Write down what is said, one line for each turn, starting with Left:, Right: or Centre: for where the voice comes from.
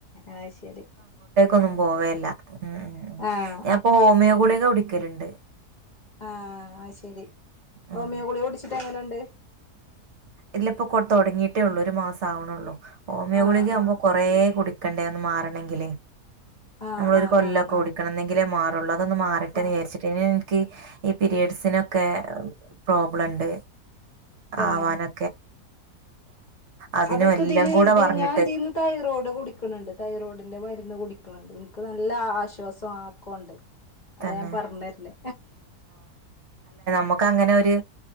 Left: ആ ശരി
Right: ഒന്നും പോവല്ല ഉം
Left: ആഹ്
Right: ഞാൻ ഇപ്പൊ ഹോമിയോ ഗുളിയക്കെ വിടിക്ക ക്കരുണ്ട്
Left: ആഹ അത് ശരി
Right: ഉം
Left: ഓമിയോ ഗളി ഓടിച്ചിട്ട് അങ്ങനെ ണ്ട്
Right: ഇല്ല ഇപ്പൊ കൊ തുടങ്ങിയിട്ടേ ഉള്ളൂ ഒരു മാസം ആവണള്ളൂ ഓമിയോ
Left: ആഹ്
Right: ഗുളക്ക് ആവുമ്പോ
Left: ആഹ്
Right: കുറേ കുടിക്ക ക്കണ്ടേന്ന് മാറണമെങ്കില്
Left: ആഹ്
Right: നമ്മളൊരു
Left: ആഹ്
Right: കൊല്ലൊക്കെ
Left: ആഹ്
Right: ഓടിക്കണന്നെങ്കിലേ മാ ട്ടുള്ള അതൊന്നന്ന് മാറിട്ടന്നെ
Left: ആഹ്
Right: വിചാരിച്ചിട്ടി ഈ പീരയഡ്സിനൊക്കെ പ്രോബ്ലം ഇണ്ട്
Left: തന്നെ
Right: ആവാനൊ അതിനും
Left: അതൊക്കെ
Right: എല്ലാം
Left: ഇതില്
Right: കൂടെ
Left: ഇതിന്
Right: പറഞ്ഞിട്ട്
Left: ഞാൻ ഇതിന്ന് തൈറോയ്ഡ് കുടിക്കണിണ്ട് തൈറോയ്ഡിന്റെ മരുന്ന് കുടി ക്കണുണ്ട് എനിക്ക് നല്ല ആശ്വാസം ആക്കോണ്ട്. അതാ
Right: തന്നെ
Left: ഞാൻ പറഞ്ഞ് വരുന്ന്.
Right: മ്മക്ക് അങ്ങനെ ഒരു